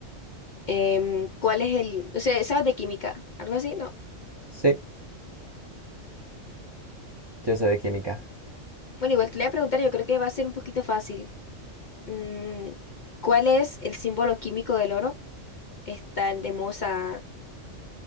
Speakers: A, on the left; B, on the right.
A: Em, ¿cuál es el, o sea, sabes de química? ¿Algo así? No.
B: Sí, yo soy de química.
A: Bueno, igual te le voy a preguntar, yo creo que va a ser un poquito fácil. Mm, ¿cuál es el símbolo químico del oro? Está, tenemos a